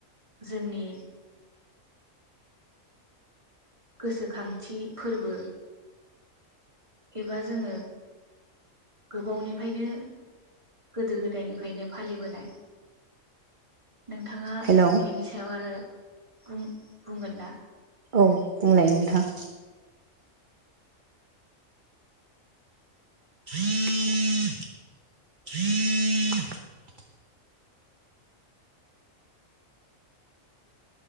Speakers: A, on the right (about 25°); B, on the right (about 40°).
A: जोंनि गोसोखांथि फोरबो एबा जोङो गोबावनिफ्रायनो गोदो गोदायनिफ्रायनो फालिबोनाय नोंथाङा
B: हेलौ
A: बेनि सायाव आरो बुं बुंगोन ना?
B: औ बुंलाय नोंथां <inaudible>